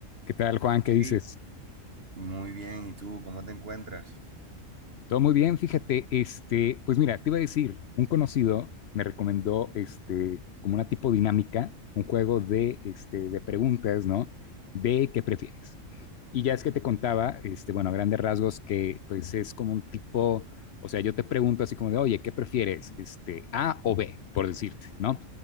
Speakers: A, on the left; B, on the right.
A: ¿Qué tal, Juan? ¿Qué
B: Hey,
A: dices?
B: muy bien, ¿y tú cómo te encuentras?
A: Todo muy bien, fíjate, este, pues mira, te iba a decir, un conocido me recomendó este, como una tipo dinámica, un juego de, este, de preguntas, ¿no? De qué prefieres. Y ya es que te contaba, este, bueno, a grandes rasgos, que pues es como un tipo, o sea, yo te pregunto así como de, oye, ¿qué prefieres? Este, A o B, por decirte, ¿no?